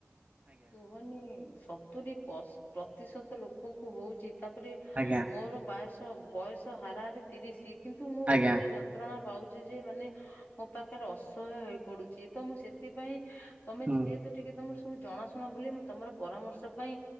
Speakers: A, on the left; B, on the right.
A: କୁହନି ସତୁରି ପଶ୍ ପ୍ରତିଶତ ଲୋକଙ୍କୁ ହଉଚି। ତାପରେ
B: ଆଜ୍ଞା।
A: ମୋର ବାୟସ ବୟସ ହାରାହାରି ତିରିଶି। କିନ୍ତୁ ମୁଁ
B: ଆଜ୍ଞା
A: ଏତେ ଯ ଯନ୍ତ୍ରଣା ପାଉଛି ଯେ ମାନେ ମୋ ପାଖରେ ଅସହ୍ୟ ହେଇ ପଡୁଛି ତ ମୁଁ ସେଥିପାଇଁ ତମେ
B: ହୁଁ
A: ଯେହେତୁ ଟିକେ ତମର ସବୁ ଜଣାଶୁଣା ବୋଲି ମୁଁ ତମର ପରାମର୍ଶ ପାଇଁ